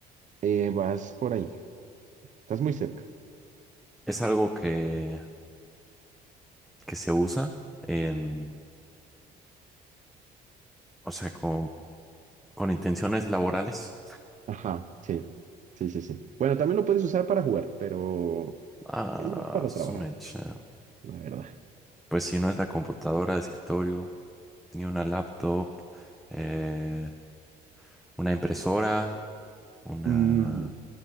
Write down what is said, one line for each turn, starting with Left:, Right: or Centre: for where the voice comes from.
Right: Eh, vas por ahí, estás muy cerca.
Centre: Es algo que, que se usa en, o sea, con, con intenciones laborales.
Right: Ajá, sí, sí, sí, sí. Bueno, también lo puedes usar para jugar, pero
Centre: Ah,
Right: es más para
Centre: su
Right: trabajar,
Centre: mecha.
Right: la verdad.
Centre: Pues si no es la computadora de escritorio, ni una laptop, eh, una impresora, una,
Right: Mm,